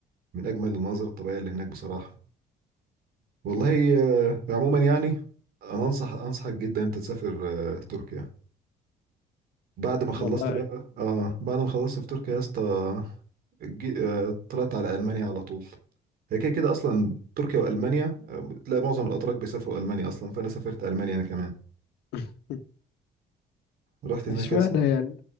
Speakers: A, on the right (about 65°); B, on the left (about 80°).
A: من أجمل المناظر الطبيعية اللي هناك بصراحة والله آه، عموما يعني أنا أنصح أنصحك جدا أنت تسافر آه، تركيا بعد ما خلصت
B: والله
A: بقى آه بعد ما خلصت في تركيا يا اسطى جي- آه، طلعت على ألمانيا على طول هي كده كده أصلا تركيا وألمانيا آه، تلاقي معظم الأتراك بيسافروا ألمانيا أصلا فأنا سافرت ألمانيا أنا كمان
B: <laughs>
A: رحت هناك
B: اشمعنى
A: يا اسطى
B: يعني